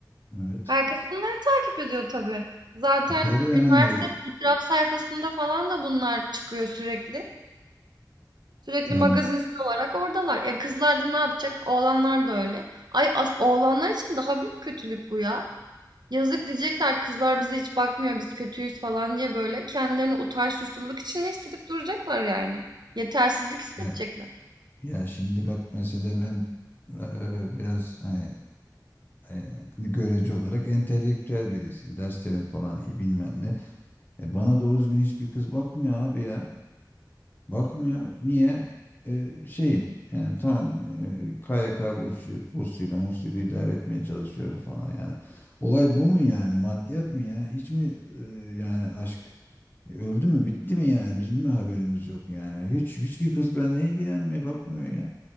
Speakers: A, on the left; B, on the right.
A: Evet.
B: Herkes bunları takip ediyor tabii. Zaten
A: E tabii yani
B: üniversitenin itiraf sayfasında falan da bunlar çıkıyor sürekli. Sürekli
A: ya,
B: magazinsel olarak oradalar. E kızlar da ne yapacak? Oğlanlar da öyle. Ay as oğlanlar için daha büyük kötülük bu ya. Yazık diyecekler kızlar bize hiç bakmıyor biz kötüyüz falan diye böyle kendilerini utanç suçluluk içinde hissedip duracaklar yani. Yetersizlik hissedecekler.
A: ya Ya şimdi bak mesela ben eee, biraz hani eee, görece olarak entelektüel birisiyim. Derslerim falan iyi bilmem ne. E, bana doğru düzgün hiçbir kız bakmıyor abi ya. Bakmıyor. Niye? E, şeyim yani tamam e, KYK bursu, bursuyla mursuyla idare etmeye çalışıyorum falan yani. Olay bu mu yani? Maddiyat mı ya? Hiç mi e, yani aşk e, öldü mü bitti mi yani? Bizim mi haberimiz yok yani? Hiç hiçbir kız benimle ilgilenmiyor bakmıyor ya.